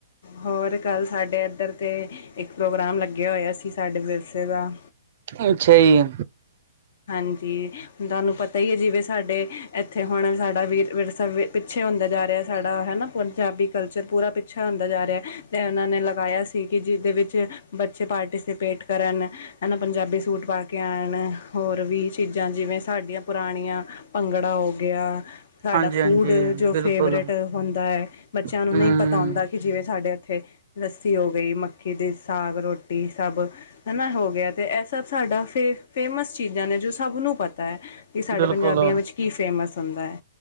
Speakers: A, on the left; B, on the right.
A: ਹੋਰ ਕੱਲ ਸਾਡੇ ਏਧਰ ਤੇ ਇੱਕ ਪ੍ਰੋਗਰਾਮ ਲੱਗੇਆ ਹੋਏਆ ਸੀ ਸਾਡੇ ਵਿਰਸੇ ਦਾ।
B: ਅੱਛਾ ਜੀ।
A: ਹਾਂਜੀ ਹੁਨ ਤੁਆਨੂੰ ਪਤਾ ਈ ਐ ਜਿਵੇਂ ਸਾਡੇ ਐਥੇ ਹੁਨ ਸਾਡਾ ਵੀਰ ਵਿਰਸਾ ਪਿੱਛੇ ਹੋਂਦਾ ਜਾ ਰਯਾ ਸਾਡਾ, ਹੈਨਾ ਪੰਜਾਬੀ ਕਲਚਰ ਪੂਰਾ ਪਿੱਛੇ ਹੋਂਦਾ ਜਾ ਰਯਾ। ਤੇ ਓਨਾਂ ਨੇ ਲਗਾਏਆ ਸੀ ਕਿ ਜਿਦੇ ਵਿੱਚ ਬੱਚੇ ਪਾਰਟੀਸਪੇਟ ਕਰਨ। ਹਨਾ, ਪੰਜਾਬੀ ਸੂਟ ਪਾ ਕੇ ਆਣ। ਹੋਰ ਵੀ ਚੀਜ਼ਾਂ ਜਿਵੇਂ ਸਾਡੀਆਂ ਪੁਰਾਣੀਆ ਭੰਗੜਾ ਹੋ ਗਯਾ। ਸਾਡਾ
B: ਹਾਂਜੀ
A: ਫੂਡ
B: ਹਾਂਜੀ
A: ਜੋ
B: ਬਿਲਕੁਲ
A: ਫੇਵਰੇਟ ਹੋਂਦਾ ਐ, ਬੱਚੇਆਂ
B: ਹਮ
A: ਨੂੰ ਨਈ ਪਤਾ ਹੋਂਦਾ। ਕਿ ਜਿਵੇਂ ਸਾਡੇ ਐਥੇ ਲੱਸੀ ਹੋ ਗੀ, ਮੱਕੀ ਦੀ ਸਾਗ ਰੋਟੀ ਸਭ। ਹਨਾ ਹੋ ਗਯਾ ਤੇ ਐ ਸਭ ਸਾਡਾ ਫੇ ਫੇਮਸ ਚੀਜ਼ਾਂ ਨੇ ਜੋ ਸਭ ਨੂੰ ਪਤਾ ਐ। ਕਿ ਸਾਡੇ
B: ਬਿਲਕੁਲ
A: ਪੰਜਾਬੀਆਂ ਵਿੱਚ ਕੀ ਫੇਮਸ ਹੋਂਦਾ ਐ।